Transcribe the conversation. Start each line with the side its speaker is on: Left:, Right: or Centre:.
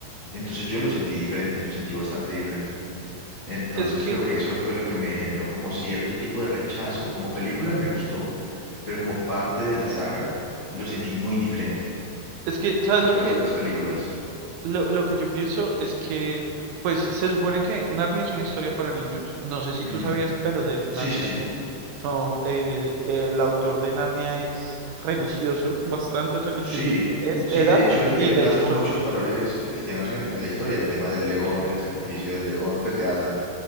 Left: Entonces yo lo sentí diferente, lo sentí bastante diferente. Entonces
Right: Es que,
Left: creo que eso fue lo que me generó como cierto tipo de rechazo. Como película me gustó, pero como parte de la saga lo sentí muy diferente
Right: es que, ¿sabes
Left: respecto
Right: lo que,
Left: a las otras películas.
Right: lo, lo que yo pienso? Es que, pues, se supone que Narnia es una historia para niños. No sé si
Left: Ujú.
Right: tú sabías, pero de hecho
Left: Sí,
Right: Narnia
Left: sí, sí.
Right: es un, son, eh, el autor de Narnia es religioso, bastante religioso.
Left: Sí,
Right: Es,
Left: sí,
Right: era,
Left: de hecho él,
Right: y
Left: él
Right: de
Left: plasmó
Right: hecho son,
Left: muchos valores cristianos en, en la historia, el tema del león,
Right: eh,
Left: el sacrificio del león, pues de Aslan,